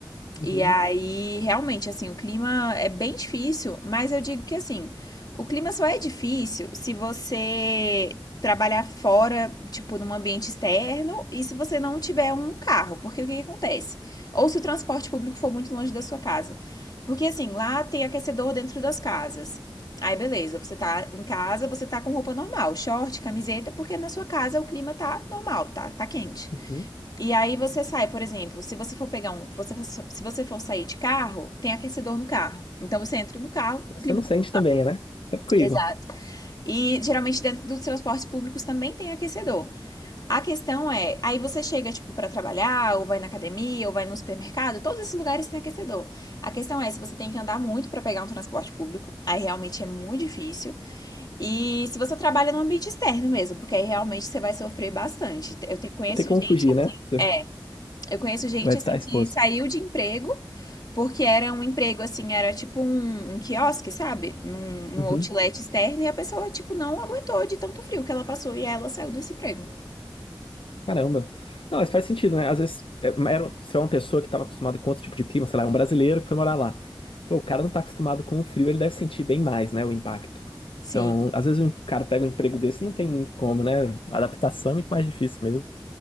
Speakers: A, on the left; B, on the left.
A: Uhum,
B: E aí, realmente, assim, o clima é bem difícil, mas eu digo que assim, o clima só é difícil se você trabalhar fora, tipo, num ambiente externo, e se você não tiver um carro, porque o que, que acontece? Ou se o transporte público for muito longe da sua casa. Porque assim, lá tem aquecedor dentro das casas. Aí beleza, você tá em casa, você tá com roupa normal, short, camiseta, porque na sua casa o clima tá normal, tá, tá quente.
A: uhum.
B: E aí você sai, por exemplo, se você for pegar um, você for- se você for sair de carro, tem aquecedor no carro. Então você entra no carro,
A: Então
B: climatiza.
A: Você não sente também, né? Tranquilo.
B: Exato. E geralmente dentro dos transportes públicos também tem aquecedor. A questão é, aí você chega tipo pra trabalhar, ou vai na academia, ou vai no supermercado, todos esses lugares têm aquecedor. A questão é se você tem que andar muito pra pegar um transporte público, aí realmente é muito difícil. E se você trabalha no ambiente externo mesmo, porque aí realmente você vai sofrer bastante. Eu te, conheço
A: Não tem como
B: gente
A: fugir,
B: assim,
A: né? Você vai
B: é, Eu conheço
A: <laughs>
B: gente
A: vai
B: assim
A: estar exposto.
B: que saiu de emprego porque era um emprego assim, era tipo um, um quiosque, sabe? Num, num
A: Uhum.
B: outlet externo e a pessoa tipo não aguentou de tanto frio que ela passou e ela saiu desse emprego.
A: Caramba. Não, mas faz sentido, né? Às vezes, é, era, se é uma pessoa que estava acostumada com outro tipo de clima, sei lá, é um brasileiro que foi morar lá. Pô, o cara não tá acostumado com o frio, ele deve sentir bem mais, né? O impacto.
B: Sim.
A: Então, às vezes o cara pega um emprego desse e não tem muito como, né? A adaptação é muito mais difícil mesmo.